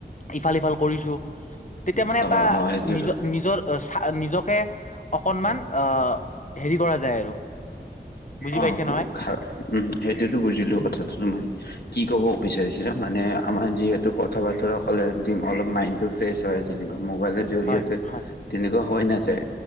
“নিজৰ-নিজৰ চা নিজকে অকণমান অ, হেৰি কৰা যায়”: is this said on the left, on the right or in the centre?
Left